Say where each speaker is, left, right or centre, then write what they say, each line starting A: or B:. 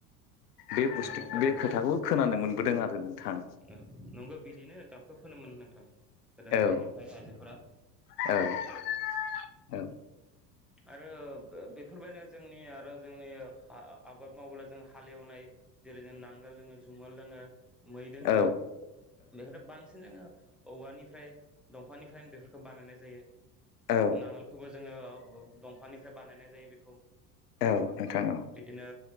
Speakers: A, on the left; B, in the centre.
A: बे बुस्थु
B: औ नंगौ
A: बे खोथाखौ खोनानो मोनबोदों आरो नोंथां
B: ओ नंगौ बिदिनो गाबखो फोनोमोन नोंथां गोदो गोदायनिफ्राय
A: औ
B: आइजोफोरा
A: औ <unintelligible> औ
B: आरो बेफोरबायदिनो जोंनि आरो जोंनि आबाद मावोब्ला जों हालेवनाय जेरै- जों नांगोल दोङो जुंगालल दोङो मै दोङो
A: औ
B: बेखौथ' बांसिन जोङो औवानिफ्राय दंफांनिफ्राय बेफोरखौ बानायनाय जायो
A: औ
B: नांगोलखौबो जोङो दंफांनिफ्राय बानायनाय जायो बेखौ
A: औ नोंथां औ
B: बिदिनो